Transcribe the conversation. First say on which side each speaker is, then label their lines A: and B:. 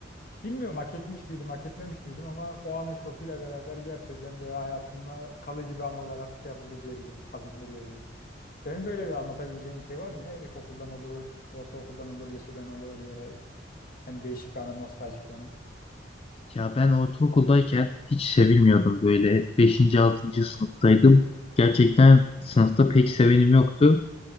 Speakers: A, on the left; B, on the left.
A: Bilmiyorum hak etmiş miydim, hak etmemiş miydim ama o anın şokuyla beraber gerçekten böyle hayatımda kalıcı bir an olarak şey yapıldı diyebilirim, kazındı diyebilirim. Senin böyle bir anlatabileceğin şey var mı ya? İlkokuldan olur, ortaokuldan olur, liseden olur böyle hani değişik bir anı, nostaljik bir anı.
B: Ya ben ortaokuldayken hiç sevilmiyordum böyle. beşinci altıncı sınıftaydım. Gerçekten sınıfta pek sevenim yoktu.